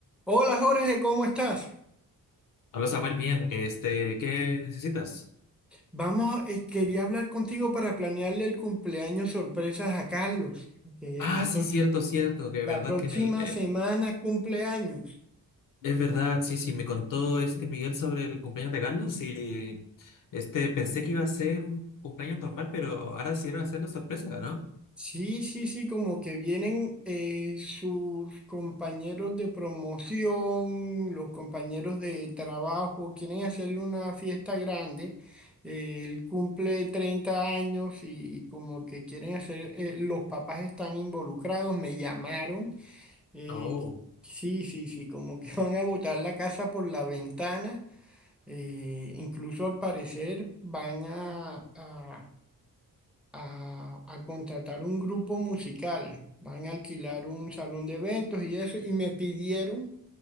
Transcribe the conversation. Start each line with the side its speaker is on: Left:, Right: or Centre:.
Centre: Hola Jorge, ¿cómo estás?
Left: Hola Samuel, bien, este, ¿qué necesitas?
Centre: Vamos, a- eh, quería hablar contigo para planearle el cumpleaños sorpresas a Carlos, que
Left: Ah,
Centre: la,
Left: sí,
Centre: prox-
Left: cierto, cierto, que
Centre: la
Left: verdad
Centre: próxima
Left: que en el... eh,
Centre: semana cumpleaños.
Left: es verdad, sí, sí, me contó este Miguel sobre el cumpleaños de Carlos y este, pensé que iba a ser un cumpleaños normal, pero ahora decidieron hacerlo sorpresa, ¿no?
Centre: Sí, sí, sí, como que vienen eh, sus compañeros de promoción, los compañeros de trabajo, quieren hacerle una fiesta grande. Eh, él cumple 30 años y como que quieren hacer, eh, los papás están involucrados, me llamaron Eh,
Left: Oh.
Centre: sí, sí, sí, como que <laughs> van a botar la casa por la ventana. eh, incluso al parecer van a, a, a- a contratar un grupo musical. Van a alquilar un salón de eventos y eso. Y me pidieron